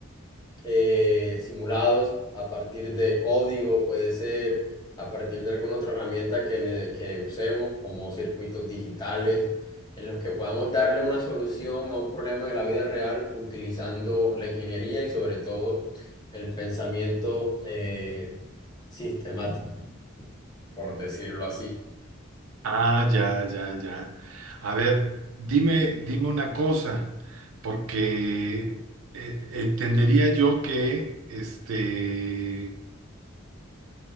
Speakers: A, on the left; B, on the right.
A: eh, simulados a partir de código, puede ser a partir de alguna otra herramienta que, ne- que usemos, como circuitos digitales, en los que podamos darle una solución a un problema de la vida real utilizando la ingeniería y sobre todo el pensamiento eh, sistemático, por decirlo así.
B: Ah, ya, ya, ya. A ver, dime, dime una cosa, porque eh, entendería yo que este